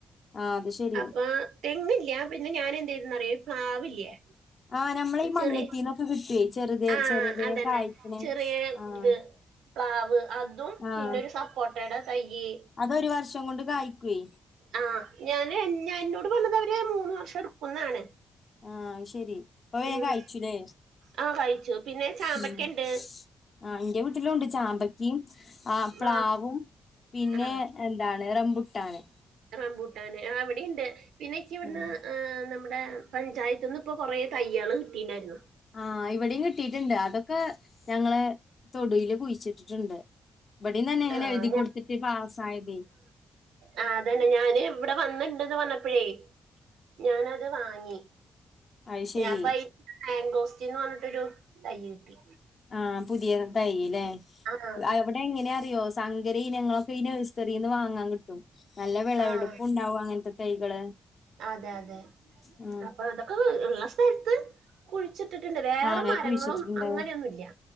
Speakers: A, on the left; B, on the right.
A: ആഹ് അത് ശെരി
B: അപ്പൊ തെങ്ങില്ല്യാ പിന്നെ ഞാൻ എന്ത് ചെയ്തെന്ന് അറിയാവോ ഈ പ്ലാവില്ലേ
A: ആഹ് നമ്മളെ
B: ഈ ചെറിയ
A: മണ്ണുത്തീന്നൊക്കെ കിട്ടുവേ ചെറുത്
B: ആഹ്
A: ചെറുതേ
B: അതന്നെ
A: കായ്ക്കണേ
B: ചെറിയ
A: ആഹ്
B: ഇത് പ്ലാവ് അതും
A: ആഹ്
B: പിന്നെ ഒരു സപ്പോട്ടയുടെ തൈയ്യ്
A: അതൊരു വർഷം കൊണ്ട് കായ്ക്കുവേ
B: ആഹ് ഞാന് ഞ എന്നോട് പറഞ്ഞത് അവര് മൂന്ന് വർഷം എടുക്കുന്നാണ്
A: ആഹ് അയ്ശെരി പ്പൊ വേഗം
B: ഉം
A: കായ്ച്ചുല്ലേ
B: ആ കഴിച്ചു പിന്നെ ചാമ്പക്കണ്ട്
A: ഉം ആ എന്റെ വീട്ടിലും ഉണ്ട് ചാമ്പക്കും ആ പ്ലാവും
B: മാ
A: പിന്നെ
B: ആ
A: എന്താണ് റംബുട്ടാണ്
B: റബൂട്ടാന് ആ ഇവിടെയുണ്ട് പിന്നെക്കെ ഇവിടുന്ന്
A: ഉം
B: ഏ നമ്മ ഇമ്മടെ പഞ്ചായത്ത് നിന്ന് ഇപ്പൊ കൊറേ തയ്യകള് കിട്ടിയിണ്ടായിരുന്നു
A: ആഹ് ഇവിടെയും കിട്ടിട്ടുണ്ട് അതൊക്കെ ഞങ്ങള് തൊടില് കുഴിച്ചിട്ടിട്ടുണ്ട് ഇബടെയും തന്നെ അങ്ങനെ
B: ആഹ്
A: എഴുതി കൊടുത്തിട്ട് പാസായതേ
B: ആ അതന്നെ ഞാന് ഇവിടെ വന്നിണ്ട്ന്ന് പറഞ്ഞപ്പോഴേ ഞാനത് വാങ്ങി
A: അത് ശരി
B: യപ്പയ് മാങ്കോസ്റ്റിൻ ന്ന് പറഞ്ഞിട്ടൊരു തൈ കിട്ടി
A: ആഹ് പുതിയ തൈ ഇല്ലേ
B: ആഹ്
A: ആ ഇവിടെ എങ്ങനെയ അറിയോ സങ്കര ഇനങ്ങളൊക്കെ ഈ നഴ്സറീന്ന് വാങ്ങാൻ കി ട്ടും നല്ല വിളവെടുപ്പുണ്ടാവും
B: ആഹ്
A: അങ്ങനത്തെ തൈകള്
B: അതെ അതെ
A: ആ
B: അപ്പൊ അതൊക്കെ ഇള്ള സ്ഥലത്ത് കുഴിച്ചിട്ടിട്ടുണ്ട് വേറെ
A: ആ അങ്ങനെ
B: മരങ്ങളും
A: കുഴിച്ചിട്ടുണ്ട്
B: അങ്ങനെയൊന്നുല്ല്യാ